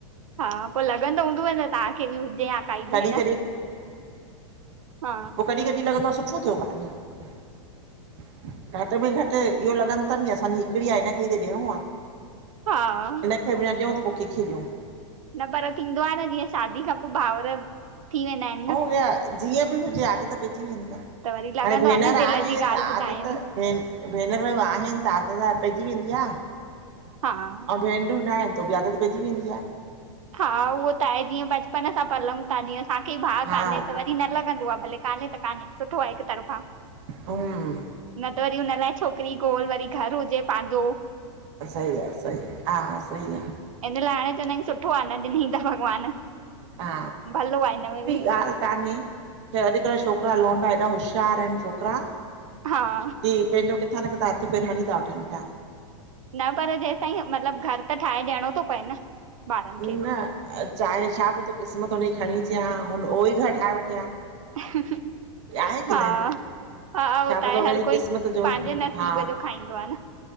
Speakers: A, on the right; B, on the right.
A: हा पो लॻंदो हूंदव न तव्हांखे बि हुजे हां काई
B: कॾहिं
A: भेण। हा
B: पो कॾीं कॾीं लॻंदो आहे सुठो थियो, कान्हे घटि में घटि इहो लॻनि अथनि की असां हिकिड़ी आहे, हिन खे ई त ॾियणो आहे।
A: हा।
B: ख बि ॾियऊं, त पोकहिंखे ॾियऊं
A: न पर थींदो आहे न जीअं शादी खां पोइ भाउर थी वेंदा आहिनि
B: ऐं इहा जीअं बि हुजे आदत पइजी वेंदी आ।
A: त वरी लॻंदो
B: हाणे भेनर
A: आ न
B: आहे
A: दिल जी
B: त
A: ॻाल्हि ॿुधायूं
B: आदत भे भेनरूं आहिनि, त हा त त पइजी वेंदी आ
A: हा।
B: भेनरयूं न आहिनि त बि आदत पइजी वेंदी आ।
A: हा उहो त आहे। जीअं बचपन सां पलऊं था जीअं असांखे भाउ
B: हा
A: कान्हे त व न लॻंदो आहे भले काने त काने। सुठो आ हिकु तरफ़ा
B: हम्म।
A: न त वरी हुन लाइ छोकिरी गोल, वरी घर हुजे पांजो।
B: सही आहे, सही। हा, सई आ
A: हिन लाइ हाणे चइना आहिनि सुठो आ, न ॾिनईंदा भॻवान
B: हा
A: भलो आहे हिन में बि।
B: ॻाल्हि कान्हे छ अॼुकल्ह छोकिरा लोंडा, हेॾा होश्यार आहिनि छोकिरा
A: हा।
B: क पंहिंजो किथां न किथां हथ पेर हणी था वठनि पिया।
A: न पर जेसि ताईं मतलब घर त ठाहे ॾियणो थो पए न। ॿारन
B: न
A: खे बि
B: चाहे छा पोइ तूं क़िस्मत हुनजी खणी अचे हा। हुन उहो ई घरु ठाहे वठी हा।
A: ह-ह। हा
B: आहे की
A: -हा,
B: न
A: हो
B: छा
A: त आहे,
B: पतो हुनजी
A: हर कोई
B: क़िस्मत जो
A: पंहिंजे नसीब
B: हा
A: जो खाईंदो आहे न!